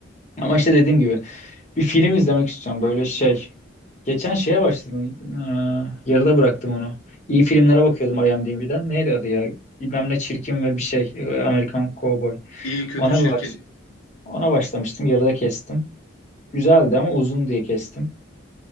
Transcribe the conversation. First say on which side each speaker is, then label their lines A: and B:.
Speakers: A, on the left; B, on the left.
A: Ama işte dediğim gibi bir film izlemek istiyorum böyle şey. Geçen şeye başladım. Ee, yarıda bıraktım onu. İyi filmlere bakıyordum IMDb'den. Neydi adı ya? Bilmem ne çirkin ve bir şey. Ee, Amerikan Cowboy.
B: İyi, kötü,
A: Ona
B: çirkin.
A: bir baş ona başlamıştım. Yarıda kestim. Güzeldi ama uzun diye kestim.